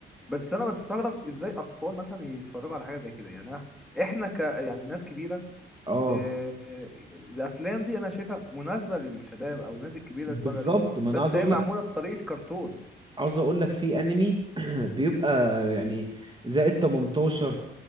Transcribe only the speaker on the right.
اه
بالظبط
ما
انا عاوز اقول
عاوز اقول لك في انمي <clears throat> بيبقى يعني زائد 18